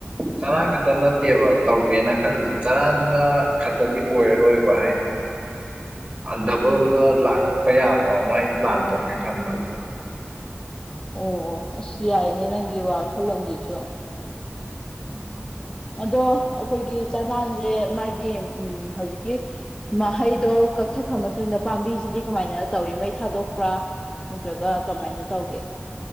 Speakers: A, on the right; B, on the left.
A: ꯆꯔꯥꯟ ꯈꯛꯇ ꯅꯠꯇꯦꯕ ꯇꯧꯒꯦꯅ ꯈꯜꯂꯤꯁꯦ ꯆꯔꯥꯟꯗꯨꯅ ꯈꯛꯇꯗꯤ ꯑꯣꯏꯔꯔꯣꯏꯕ ꯍꯥꯏꯗꯤ
B: <inaudible>
A: ꯗꯕꯜꯗ ꯂꯥꯛꯄ ꯌꯥꯕ꯭ꯔꯣ ꯑꯃ ꯑꯩ ꯄ꯭ꯂꯥꯟ ꯇꯧꯒꯦ ꯈꯟꯕ
B: ꯑꯣ ꯑꯣ ꯑꯁ ꯌꯥꯏꯅꯦ ꯅꯪꯒꯤ ꯋꯥꯈꯜꯂꯣꯟꯁꯤꯁꯨ
A: ꯎꯝ
B: ꯑꯗꯣ ꯑꯩꯈꯣꯏꯒꯤ ꯆꯅꯥꯟꯁꯦ ꯃꯥꯒꯤ ꯎ ꯍꯧꯖꯤꯛꯀꯤ ꯃꯍꯩꯗꯣ ꯀꯛꯊꯠꯈ꯭ꯔ ꯃꯇꯨꯡꯗ ꯄꯥꯝꯕꯤꯁꯤꯗꯤ ꯀꯃꯥꯏꯅ ꯇꯧꯏ ꯃꯩ ꯊꯥꯗꯣꯛꯄ꯭ꯔꯥ ꯅꯠꯇ꯭ꯔꯒ ꯀꯃꯥꯏꯅ ꯇꯧꯒꯦ